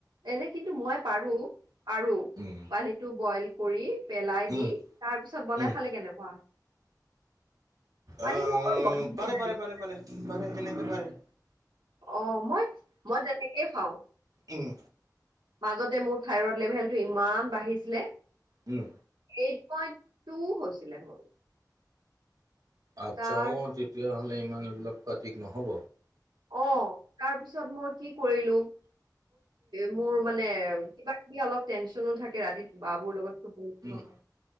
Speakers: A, on the right (about 85°); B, on the right (about 55°).
A: এনে কিন্তু মই পাৰো পাৰো
B: উম
A: পানীটো বইল কৰি পেলাই
B: উম
A: দি তাৰ পিছত বনাই
B: উম
A: খালে কেনেকুৱা পানীটো
B: অহ
A: অকণ বইল কৰি
B: পাৰে
A: পেলাই
B: পাৰে পাৰে পাৰে পাৰে এনেকে পাৰে
A: অ মই মই তেনেকেই খাও
B: উম
A: মাজতে মোৰ থাইৰইড লেভেলটো ইমান বাঢ়িছিলে।
B: উম।
A: এইট পইন্ট টু হৈছিলে মোৰ।
B: আচ্ছা
A: তাৰ
B: অ 'তেতিয়াহলে ইমান এইবিলাক খোৱা ঠিক নহ'ব
A: অ' তাৰপিছত মই কি কৰিলো মোৰ মানে কিবা কিবি অলপ টেনচনো থাকে ৰাতিত ব বোৰ লগত।
B: উম
A: হয়